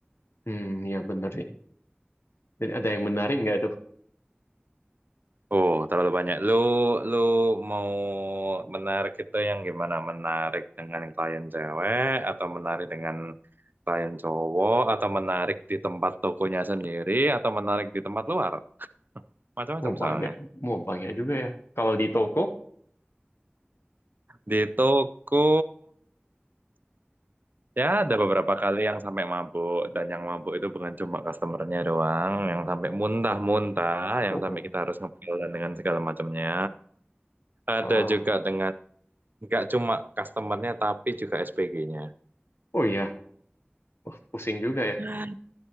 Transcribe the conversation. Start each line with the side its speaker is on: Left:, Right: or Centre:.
Left: Hmm, ya bener sih. Jadi ada yang menarik nggak tuh?
Right: Oh, terlalu banyak. Lu, lu mau menarik itu yang gimana? Menarik dengan klien cewek, atau menarik dengan klien cowok, atau menarik di tempat tokonya sendiri, atau menarik di tempat luar? Macam-macam
Left: Mau
Right: misalnya.
Left: banyak, mau banyak juga ya. Kalau di toko,
Right: Di toko, ya ada beberapa kali yang sampai mabuk, dan yang mabuk itu bukan cuma customernya doang, yang sampai muntah-muntah, yang
Left: oh,
Right: sampai kita harus ngepel dan dengan segala macamnya. Ada
Left: ah,
Right: juga dengan, nggak cuma customernya, tapi juga SPG-nya.
Left: oh iya, Wah, pusing juga ya.
Right: Wah,